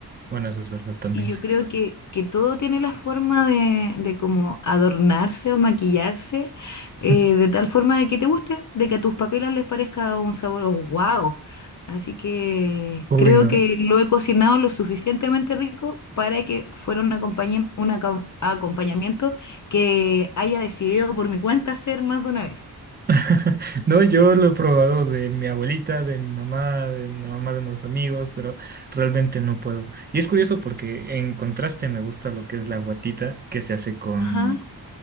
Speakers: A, on the right; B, on the left.
A: Bueno, eso es verdad también,
B: Y yo
A: sí.
B: creo que, que todo tiene la forma de, de como adornarse o maquillarse
A: <laughs>
B: eh, de tal forma de que te guste, de que a tus papilas les parezca un sabor wow. Así que
A: Uy,
B: creo
A: no.
B: que lo he cocinado lo suficientemente rico para que fuera un acompañe- un acom- acompañamiento que haya decidido por mi cuenta hacer más de una vez.
A: <laughs> No, yo
B: Sí.
A: lo he probado de mi abuelita, de mi mamá, de la mamá de unos amigos, pero realmente no puedo. Y es curioso porque en contraste me gusta lo que es la guatita que se hace con...
B: Ajá,